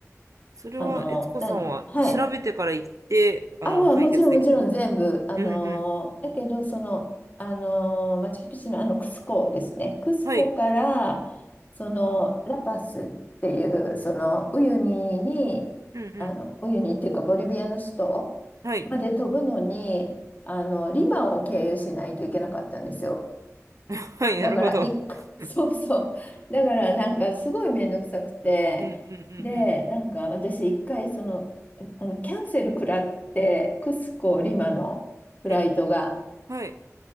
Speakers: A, on the right; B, on the left.
A: それは、
B: あの、
A: 悦子さんは調べてから行って、
B: なん、はい。
A: あの、
B: あ、うんもちろんもちろん全部。
A: 解決できた。
B: あのーだけど、
A: うん、うん。
B: その、あのーマチュピチュのあのクスコですね。クスコから、
A: はい、
B: その、ラパスっていう、その、ウユニに、
A: うん、うん。
B: あの、ウユニっていうか、ボリビアの首都まで飛ぶのに、
A: はい、
B: あの、リマを経由しないといけなかったんですよ。
A: <laughs> はい、
B: だから、
A: なるほど。
B: い、
A: <laughs>
B: <laughs>
A: うん、
B: そうそう。だから、なんか、すごいめんどくさくて、
A: うん、うん、う
B: で、
A: ん。
B: なんか、私、一回、その、あの、キャンセル食らって、クスコ、リマのフライトが。
A: はい、はい、